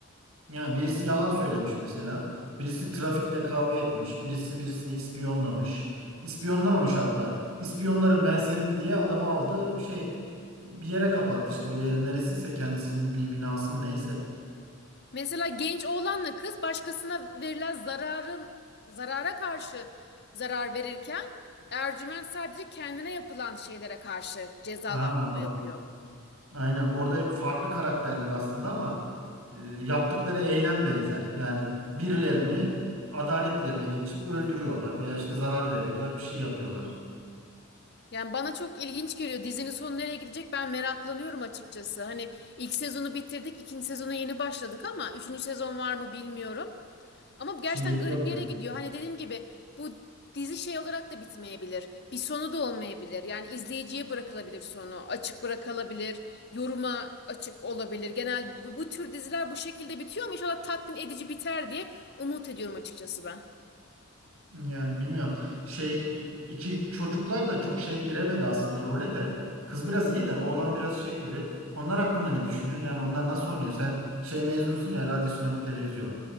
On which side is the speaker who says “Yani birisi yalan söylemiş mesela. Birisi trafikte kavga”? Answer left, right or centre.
Right